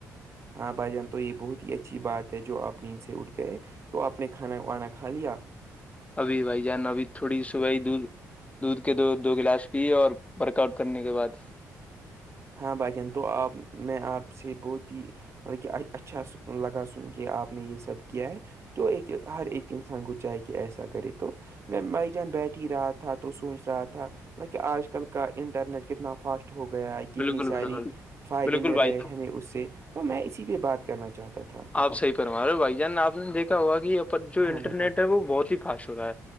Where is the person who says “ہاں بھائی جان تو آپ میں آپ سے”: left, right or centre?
Right